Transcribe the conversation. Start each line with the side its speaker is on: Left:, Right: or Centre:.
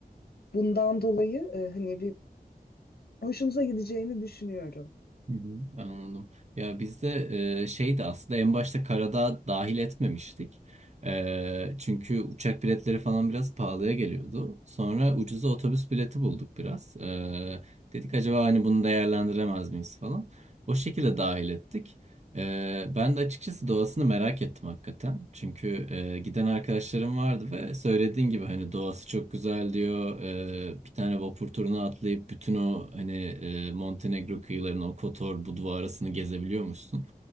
Left: Bundan dolayı e, hani bir hoşunuza gideceğini düşünüyorum.
Right: Hı hı. Anladım. Ya bizde e, şeydi aslında en başta karada dahil etmemiştik. Ee, çünkü uçak biletleri falan biraz pahalıya geliyordu. Sonra ucuza otobüs bileti bulduk biraz. Ee, dedik acaba hani bunu değerlendiremez miyiz falan. O şekilde dahil ettik. Ee, ben de açıkçası doğasını merak ettim hakikaten. Çünkü e, giden arkadaşlarım vardı ve söylediğin gibi hani doğası çok güzel diyor. Ee, bir tane vapur turuna atlayıp bütün o hani e, Montenegro kıyılarını, o Kotor, Budva arasını gezebiliyormuşsun.